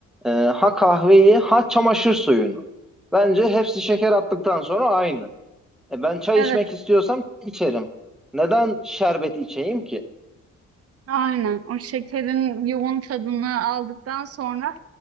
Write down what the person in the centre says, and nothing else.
Ee, ha kahveyi ha çamaşır suyunu. Bence hepsi şeker attıktan sonra aynı. E ben çay
içmek istiyorsam çay içerim. Neden şerbet içeyim ki?